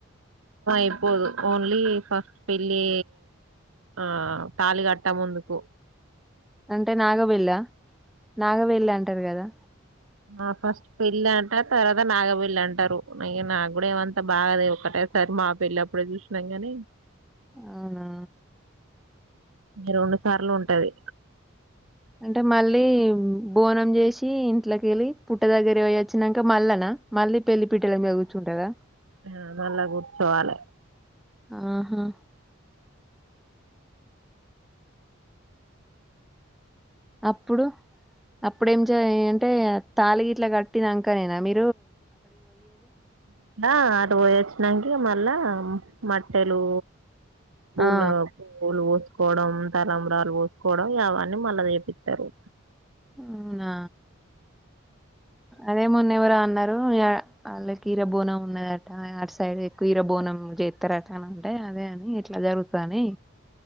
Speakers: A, on the right; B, in the centre.
A: ఇప్పున్ <unintelligible> ళ్ళి ఫస్ట్ పెళ్ళి ఆ తాళి కట్టక ముందుకు
B: అంటే నాగబెళ్ళ నాగబెల్లి అంటారు కదా
A: ఆ ఫస్ట్ పెళ్ళి అంటారు తర్వాత నాగపళ్లి అంటారు అ నాకు కూడా ఏమంతా బాగ ఒక్కటేసారి మా పెళ్లి అప్పుడే చూసినాం కాని
B: అవునా
A: రెండు సార్లు ఉంటాది
B: అంటే మళ్ళీ బోనం చేసి ఇంట్లోకి వెళ్ళి, పుట్ట దగ్గర పోయోచాక మళ్ళనా, మళ్ళీ పెళ్లి పీటల కూర్చోంటారా
A: ఆ నల్ గుడ్చవాల
B: ఆహా అప్పుడు అప్పుడేం చే అంటే తాలిగిట్లా కట్టినాకనా మీ
A: ఆ అటు పోయి వచ్చినాక మల్ల మెట్టెలు పూల
B: ఆ
A: పూలు పోసుకోవడం తలంబ్రాలు పోసుకోవడం అవన్నీ మళ్ళా చేపిస్తారు
B: అవునా అదే మందు ఎవరు అన్నారు వాళ్ళకి హీర బోనం ఉన్నాదట అ సైడ్ ఎక్కువ హీర బోనం చేస్తారట అని అంటే అదే అని ఇట్లా జరుగుతాయని